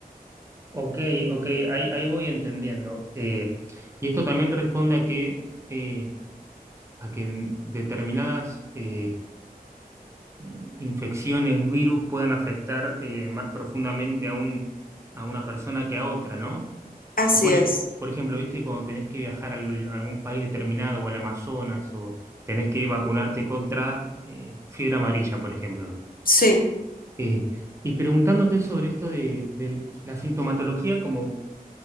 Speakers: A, on the right (about 15°); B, on the left (about 65°).
A: ok, ok, ahí, ahí voy entendiendo. Eh, y esto también responde a que, eh, a que en determinadas... eh, eh, infecciones, virus puedan afectar eh, más profundamente a un, a una persona que a otra, ¿no?
B: Así
A: O Por,
B: es,
A: e- por ejemplo, viste, cuando tenés que viajar a algún a algún país determinado o al Amazonas o tenés que vacunarte contra eh, fiebre amarilla, por ejemplo.
B: sí,
A: Eh, y preguntándote sobre esto de, de la sintomatología como,